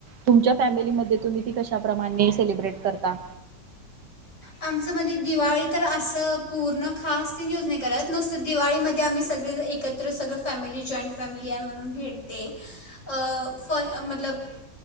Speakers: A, on the right; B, on the left.
A: तुमच्या फॅमिली मध्ये तुम्ही ती कशा प्रमाणे सेलिब्रेट करता?
B: आमच्यामध्ये दिवाळी तर असं पूर्ण खास ते <unintelligible> नाही करत नुस्त दिवाळीमध्ये आम्ही सगळे एकत्र सगळं फॅमिली जॉईंट फॅमिली आहे म्हणून भेटते अ फ मतलब <unintelligible>